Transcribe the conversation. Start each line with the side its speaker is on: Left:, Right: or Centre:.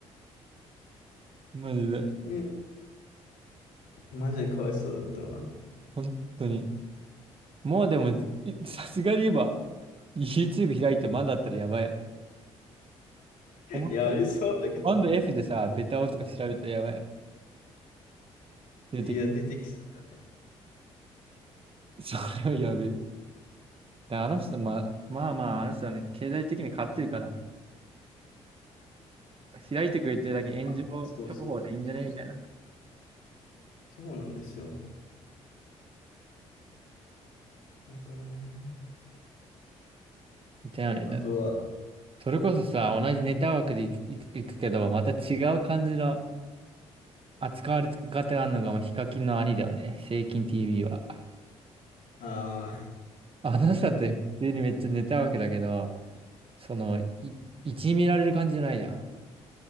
Right: マジで。
Left: いや、いやマジでかわいそうだったわ。
Right: 本当に。もうでも、いさすがに今、YouTube 開いてまだだったらやばいよね。コマコ
Left: いや、ありそうだけどな、
Right: マンド F でさ、ベタをとか調べたらやばい。出てき
Left: いや、出てきそうだよね。
Right: それはやべえ。であの人、まあ、まあまあ、あの人はね、経済的に買ってるから、開いてくれてるだけ炎上
Left: あ、そうそうそうそう。
Right: 処方でいいんじゃねみたいな。
Left: そうなんですよ。だからね。
Right: みたいなね。
Left: あとは、
Right: それこそさ、同じネタ枠でいく、いくいくけど、また違う感じの扱われ方があるのが、まあ、ヒカキンの兄だよね。セイキン TV は。<laughs>
Left: あ
Right: あの人だって普通にめっちゃネタ枠だけど、その、い、いじめられる感じじゃないじゃ